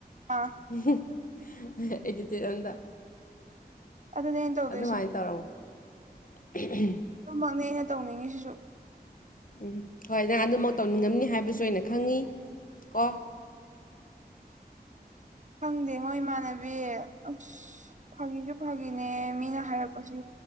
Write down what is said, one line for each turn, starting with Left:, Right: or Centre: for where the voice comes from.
Right: ꯑꯥ
Left: <unintelligible> ꯑꯩꯗꯤ <unintelligible>
Right: ꯑꯗꯨꯅꯦ ꯑꯩꯅ ꯇꯧꯗꯣꯏꯁꯦ
Left: ꯑꯗꯨꯃꯥꯏꯅ ꯇꯧꯔꯝꯃꯨ ꯎꯝꯍꯨꯝ
Right: ꯑꯗꯨꯃꯛꯅꯦ ꯑꯩꯅ ꯇꯧꯅꯤꯡꯉꯤꯁꯤꯁꯨ
Left: ꯎꯝ ꯍꯣꯏ ꯅꯪ ꯑꯗꯨꯃꯛ ꯇꯧꯅꯤꯡꯉꯝꯅꯤ ꯍꯥꯏꯕꯁꯨ ꯑꯩꯅ ꯈꯪꯉꯤ ꯀꯣ
Right: ꯐꯪꯗꯦꯉꯣ ꯏꯃꯥꯟꯅꯕꯤ ꯑꯁ ꯐꯪꯉꯤꯁꯨ ꯐꯒꯤꯅꯦ ꯃꯤꯅ ꯍꯥꯏꯔꯛꯄꯁꯨ